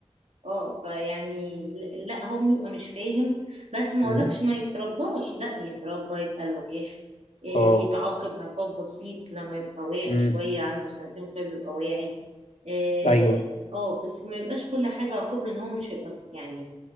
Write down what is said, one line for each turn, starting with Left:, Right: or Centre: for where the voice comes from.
Right: اه فيعني ل- لا هو بيبقى مش فاهم بس ما
Left: امم
Right: اقولكش ما يترباش لا يتربى يتقال له كيخ إيه،
Left: اه
Right: يتعاقب عقاب بسيط لما يبقى واعي
Left: امم
Right: شوية عنده سنتين وشوية بيبقى واعي إيه،
Left: ايوه
Right: اه بس ما يبقاش كل حاجة عقاب لان هو مش هيبقى يعني